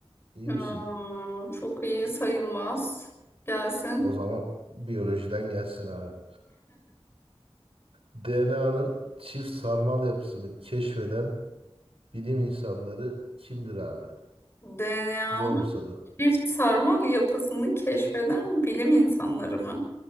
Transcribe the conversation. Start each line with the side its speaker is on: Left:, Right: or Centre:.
Right: İyi
Left: Aa,
Right: misin?
Left: çok iyi sayılmaz. Gelsin.
Right: O zaman biyolojiden gelsin abi. DNA'nın çift sarmal yapısını keşfeden bilim insanları kimdir abi?
Left: DNA'nın
Right: Zor bir soru.
Left: çift sarmal yapısını keşfeden bilim insanları mı?